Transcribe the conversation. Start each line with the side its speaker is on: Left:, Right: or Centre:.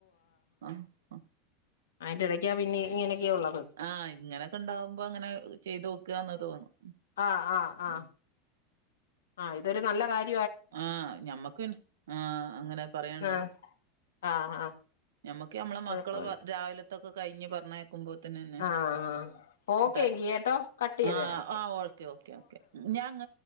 Right: ആഹ് ആഹ്
Left: അതിന്റെ ഇടയ്ക്കാ പിന്നെ ഇങ്ങനെയൊക്കെയ ഉള്ളത്
Right: ആഹ് ഇങ്ങനെയൊക്കെ ണ്ടാവുമ്പോ ങ്ങനെ ചെയ്ത് നോക്കാന്ന് തോന്നും.
Left: ആ ആ ആ
Right: ഉം
Left: ആ ഇതൊരു നല്ല കാര്യ
Right: ആഹ് ഞമ്മക്ക് പിന്നെ ആഹ് അങ്ങനെ പറയാണ്ടോ
Left: ആഹ് ആഹ് ആഹ്
Right: ഞമ്മക്ക് ഞമ്മളെ
Left: കുഴപ്പമില്ല
Right: മക്കളെ രാവിലത്തൊക്കെ കയിഞ്ഞ് പറഞ്ഞയക്ക ക്കുമ്പോത്തിന്നന്നെ
Left: ആഹ് ആഹ് ഓക്കെ
Right: ട്ടായി
Left: എങ്കി കേട്ടോ കട്ട് ചെയ്ത്
Right: ആഹ്
Left: തരാം
Right: ആഹ് ഓക്കെ ഓക്കെ ഓക്കെ ഞാങ്ങ